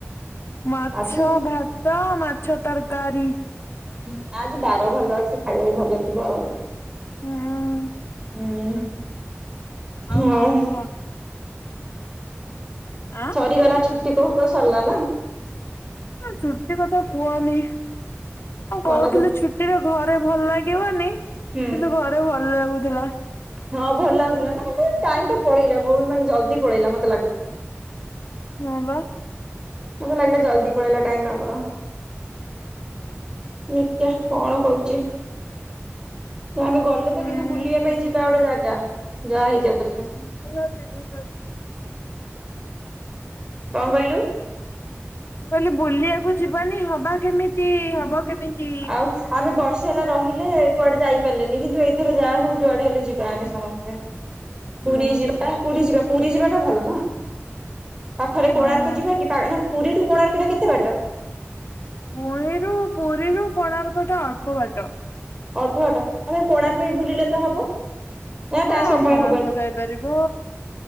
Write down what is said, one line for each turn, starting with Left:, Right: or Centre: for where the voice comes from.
Left: ମାଛ,
Right: ଆଜି
Left: ଭାତ, ମାଛ ତରକାରୀ।
Right: ହୁଁ, ଆଜି ବାର ଭଲ ଅଛି ଖାଇବା ବି ଭଲ ଥିବ ଆଉ।
Left: ହୁଁ।
Right: ହୁଁ।
Left: ଆଉ
Right: ହଉ
Left: କଣ କୁହ? ଆଁ
Right: ସରିଗଲା ଛୁଟି କହୁ କହୁ ସରିଲା ନା?
Left: ହଁ ଛୁଟି କଥା କୁହନି, ହଁ
Right: ମନ
Left: କହୁଥିଲି
Right: ଦୁଃଖ
Left: ଛୁ ଟିରେ ଘରେ ଭଲ ଲାଗିବନି କିନ୍ତୁ
Right: ହୁଁ
Left: ଘରେ ଭଲ ଲାଗୁଥିଲା।
Right: ହଁ ଭଲ ଲାଗୁଥିଲା ନା ଏ କାଇଁ ଟାଇମ୍ ଟା ପଳେଇଲା ବହୁତ ମାନେ ଜଲ୍ଦି ପଳେଇଲା ମତେ ଲାଗୁଚି।
Left: ହଁ ବା।
Right: ମତେ ଲାଗିଲା ଜଲ୍ଦି ପଳେଇଲା ଟାଇମ୍ ଆମର। ଦେଖିଆ କଣ ହଉଛି। ନା ଆମେ ଗଲେ ତ
Left: ମୁଁ
Right: କିନ୍ତୁ ବୁଲିବା ପାଇଁ ଯିବା ଗୋଟେ ଜାଗା, ଯାହା ହେଇଯାଉ ପଛେ।
Left: <unintelligible>
Right: କଣ କହିଲୁ?
Left: ମୁଁ କହିଲି ବୁଲିବାକୁ ଯିବାନି ହବା କେମିତି ହବ। କେମିତି?
Right: ଆଉ। ଆମେ ବର୍ଷେ ହେଲା ରହିଲେ କୁଆଡେ ଯାଇପାରିଲେନି କିନ୍ତୁ ଏଇଥର ଯାହା ହଉ ଯୁଆଡେ ହେଲେ ଯିବା ଆମେ ସମସ୍ତେ। ପୁରୀ
Left: ହୁଁ
Right: ଯିବା ପୁରୀ ଯିବା ପୁରୀ ଯିବାଟା ଭଲ ନା ପାଖରେ
Left: ହଁ
Right: କୋଣାର୍କ ଯିବା କି। ନା ପୁରୀରୁୁ କୋଣାର୍ଟ ଟା କେତେ ବାଟ।
Left: ପୁଣିରୁ ପୁରୀରୁ କୋଣାର୍କ ଟା ଅଳ୍ପ ବାଟ।
Right: ଅଳ୍ପବାଟ ଆମେ କୋଣାର୍କରେ ବୁଲିଲେ ତ ହବ। ନା
Left: ହଁ
Right: ତା ସମୟ
Left: କୋଣାର୍କ
Right: ହବନି।
Left: ଯାଇପାରିବ